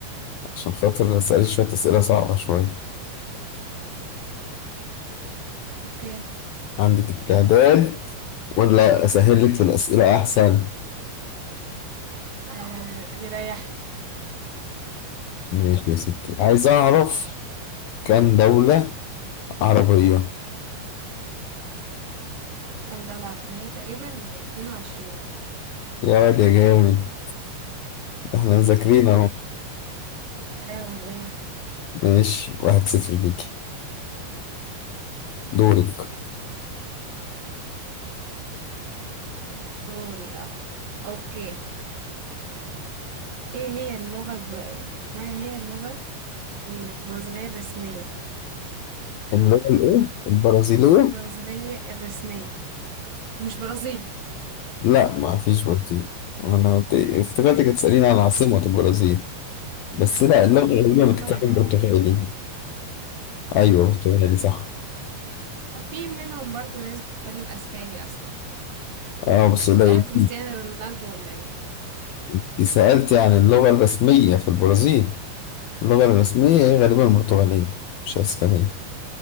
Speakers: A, on the left; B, on the right.
A: عشان خاطر أسألك شوية أسئلة صعبة شوية
B: اوكي
A: عندك استعداد ولا أسهل لك في الأسئلة أحسن؟
B: آه، اللي رايح
A: ماشي يا ستي عايز أعرف كام دولة عربية
B: كام دولة عربية تقريبا 22
A: يا واد يا جامد احنا مذاكرين أهو
B: مم. ايوه ليه؟
A: ماشي واحد صفر ليكي دورك
B: دوري اه اوكي ايه هي اللغة الب... ما هي اللغة البرازيلية الرسمية
A: اللي هو الإيه؟ البرازيلية؟
B: البرازيلية الرسمية مش برازيلي
A: لا ما فيش برازيل أنا قلت إيه؟ افتكرتك هتسأليني عن عاصمة البرازيل بس لا اللغة
B: آه،
A: الغربية بتتكلم
B: لغة
A: برتغالي أيوه برتغالي صح
B: في منهم برضو ناس بتتكلم اسباني اصلا
A: أه بس قليل
B: مش عارف كريستيانو رونالدو ولا ايه
A: أنت سألتي عن اللغة الرسمية في البرازيل اللغة الرسمية هي غالبا البرتغالية مش أسبانية